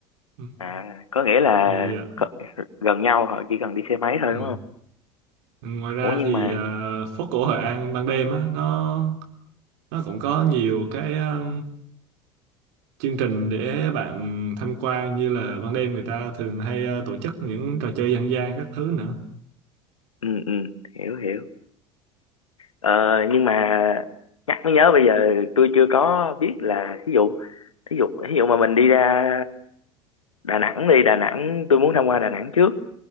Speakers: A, on the right (about 60°); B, on the left (about 80°).
A: Ừ.
B: à có nghĩa là
A: thì ờ,
B: có, gần nhau họ chỉ cần đi xe máy thôi
A: ừ.
B: đúng không
A: ngoài ra
B: ủa nhưng
A: thì
B: mà
A: ờ, phố cổ Hội An ban đêm á nó nó cũng có nhiều cái ờ, chương trình để bạn tham quan như là ban đêm người ta thường hay ờ, tổ chức những trò chơi dân gian các thứ nữa.
B: ừ ừ hiểu hiểu ờ, nhưng mà nhắc mới nhớ bây giờ tôi chưa có biết là thí dụ thí dụ thí dụ mà mình đi ra Đà Nẵng đi Đà Nẵng tôi muốn tham quan Đà Nẵng trước